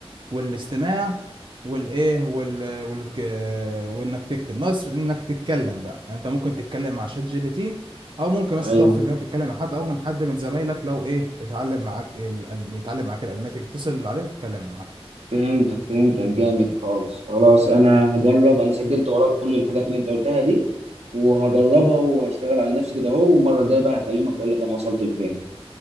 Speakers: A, on the right; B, on the right.
A: والاستماع والايه وال والك وانك تكتب ناقص انك تتكلم بقى يعني انت ممكن تتكلم مع شات جي بي تي او ممكن بس
B: ايوه
A: تقف في المكتب تتكلم مع حد او من حد من زمايلك لو ايه اتعلم معاك ال... بيتعلم معاك الالماني تتصل عليه وتتكلم معاه
B: فهمتك فهمتك جامد خالص خلاص انا هجرب انا سجلت وراك كل الحاجات اللي انت قلتها دي وهجربها وهشتغل على نفسي كده اهو والمرة الجاية بقى هكلمك اقول لك انا وصلت لفين